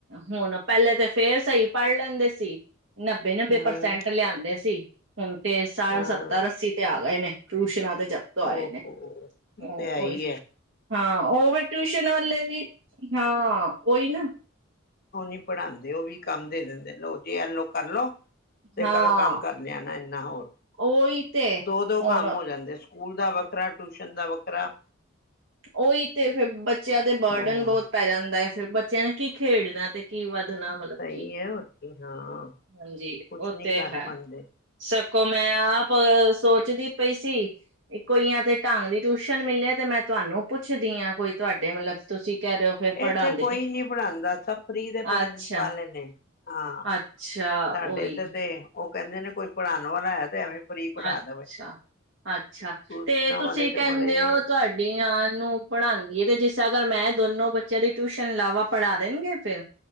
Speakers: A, on the right (about 60°); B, on the left (about 45°).
A: ਹੁਣ ਪਹਿਲੇ, ਤਾਂ ਫੇਰ ਸਹੀ ਪੜ੍ਹ ਲੈਂਦੇ ਸੀ। ਨੱਬੇ-ਨੱਬੇ
B: ਹਮ
A: ਪ੍ਰਸੈਂਟ ਲਿਆਂਦੇ ਸੀ। ਹੁਣ ਤੇ ਸਾਠ,
B: ਹਾਂ
A: ਸੱਤਰ, ਅੱਸੀ ਤੇ ਆ ਗਏ ਨੇ। ਟਊਸ਼ਸ਼ਨਾ ਤੇ। ਜਪ ਤੋਂ ਆਏ
B: ਓਹੋ
A: ਨੇ
B: ਉਹ
A: ਹੂੰ
B: ਤੇ ਹੈ
A: ਉਹੀ।
B: ਹੀ ਹੈ
A: ਹਾਂ ਫਿਰ ਟਿਊਸ਼ਨ ਵਾਲੇ ਵੀ ਹਾਂ ਓਈ ਨਾ।
B: ਉਹ ਨਹੀਂ ਪੜ੍ਹਾਉਂਦੇ ਉਹ ਵੀ ਕੰਮ ਦੇ ਦਿੰਦੇ, ਲੋ ਜੀ ਐਲੋ ਕਰ ਲਓ। ਤੇ
A: ਹਾਂ
B: ਕੱਲ੍ਹ ਕੰਮ ਕਰ ਲਿਆਣਾ ਇੰਨਾ ਹੋਰ
A: ਉਹੀ ਤੇ
B: ਦੋ-ਦੋ
A: ਹੁਣ
B: ਕੰਮ ਹੋ ਜਾਂਦੇ ਸਕੂਲ ਦਾ ਵੱਖਰਾ, ਟਿਊਸ਼ਨ ਦਾ ਵੱਖਰਾ। ਵਖਰਾ
A: ਉਹੀ ਤੇ ਫੇਿਰ ਬੱਚਿਆਂ ਦੇ ਬਰਡਨ
B: ਹਾਂ
A: ਬਹੁਤ ਪੈ ਜਾਂਦਾ ਹੈ। ਬੱਚਿਆਂ ਨੇ ਕੀ ਖੇਡਣਾ ਤੇ ਕੀ ਵ ਮਤਲਬ
B: ਸਹੀ
A: ਕੀ,
B: ਹੈ ਹੋਰ ਕੀ ਹਾਂ
A: ਹਾਂਜੀ
B: ਕੁਛ
A: ਉਹ
B: ਨੀ
A: ਤੇ
B: ਕਰ
A: ਹੈ
B: ਪਾਉਂਦੇ
A: ਸਭ ਮੈਂ ਆ ਸੋਚਦੀ ਪਈ ਸੀ ਕੋਈਆਂ ਤੇ ਢੰਗ ਦੀ ਟਿਊਸ਼ਨ ਮਿਲਿਆ ਤੇ ਮੈਂ ਤੁਹਾਨੂੰ ਪੁੱਛਦੀ ਹਾਂ, ਕੋਈ ਤੁਹਾਡੇ ਮਤਲਬ ਤੁਸੀਂ ਕਹਿ ਰਹੇ ਹੋ ਫਿਰ
B: ਇਹ
A: ਪੜ੍ਹਾਉਂਦੇ
B: ਇੱਥੇ ਕੋਈ
A: ਨੇ
B: ਨਹੀਂ ਪੜ੍ਹਾਉਂਦਾ ਸਭ ਫ੍ਰਰੀ ਦੇ ਪੜ੍ਹਨ
A: ਅੱਛਾ
B: ਵਾਲੇ ਨੇ। ਹਾਂ
A: ਅੱਛਾ,
B: ਸਾਡੇ
A: ਓਹੀ।
B: ਤੇ ਤੇ ਉਹ ਕਹਿੰਦੇ ਨੇ ਕੋਈ ਪੜ੍ਹਾਉਣ ਵਾਲਾ ਹੈ। ਤੇ ਐਵੇਂ ਫ੍ਰਰੀ ਪੜ੍ਹਾ
A: ਅੱਛਾ-ਅੱਛਾ
B: ਦੇਵੇ ਟਿਊਸ਼ਨਾਂ
A: ਤੇ ਤੁਸੀਂ
B: ਵਾਲੇ ਤੇ
A: ਕਹਿੰਦੇ
B: ਬੜੇ
A: ਹੋ ਤੁਹਾਡੀਆਂ ਨੂੰ ਪੜ੍ਹਾਉਂਦੀ ਹੈ ਤੇ ਜਿਸ ਅਗਰ ਮੈਂ ਦੋਨੋ ਬੱਚਿਆਂ ਦੀ ਟਿਊਸ਼ਨ ਲਾਵਾ ਪੜ੍ਹਾ ਦੇਣਗੇ ਫੇਰ।